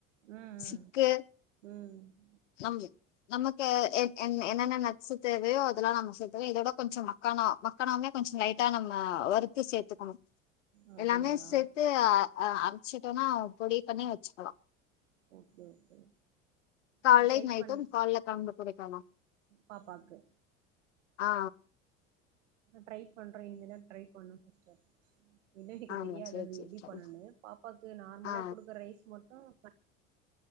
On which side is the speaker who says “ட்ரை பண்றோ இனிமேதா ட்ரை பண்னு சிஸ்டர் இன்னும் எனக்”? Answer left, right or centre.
Right